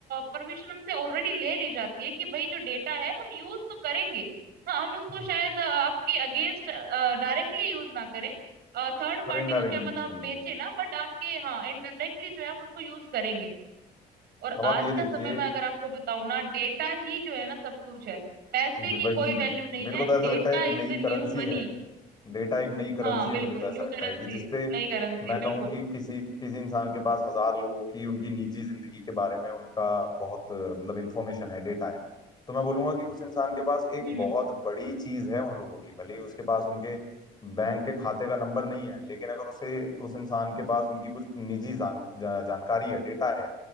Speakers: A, on the right (about 70°); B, on the left (about 25°).
A: परमिशन हमसे ऑलरेडी ले ली जाती है कि भाई जो डेटा है हम यूज तो करेंगे हाँ हम उसको
B: हाँ।
A: शायद अ, आपके अगेंस्ट डायरेक्टली यूज ना करें थर्ड पार्टी
B: और इनडायरेक्टली
A: को क्या
B: यूज
A: पता हम
B: कर लें
A: बेचे ना बट आपके हाँ इनडायरेक्टली जो है हम उसको यूज करेंगे और
B: अब
A: आज
B: आप ये देखिए
A: का समय में अगर आपको बताऊं ना डेटा ही जो है ना सब कुछ है पैसे
B: वही
A: की कोई वैल्यू नहीं
B: मेरे
A: है
B: को तो ऐसा
A: data
B: लगता है एक
A: is
B: नई
A: the new
B: करेंसी
A: money
B: है डेटा एक नई करेंसी
A: हाँ बिल्कुल
B: है मुझे तो ऐसा
A: न्यू
B: लगता
A: करेंसी
B: है कि जिसपे
A: है नई करेंसी
B: मैं
A: है बिल्कुल
B: कहूँ कि किसी किसी इंसान के पास हजार लोगों की उनकी निजी जिंदगी के बारे में उनका बहुत अ, मतलब इंफॉर्मेशन है डेटा है तो मैं बोलूंगा कि उस इंसान के पास एक
A: हम्म हम्म,
B: बहुत बड़ी चीज है उन लोगों की भले ही उसके पास उनके बैंक के खाते का नंबर नहीं है लेकिन अगर उसे उस इंसान के पास उनकी कुछ निजी जान जा, जानकारी है डेटा है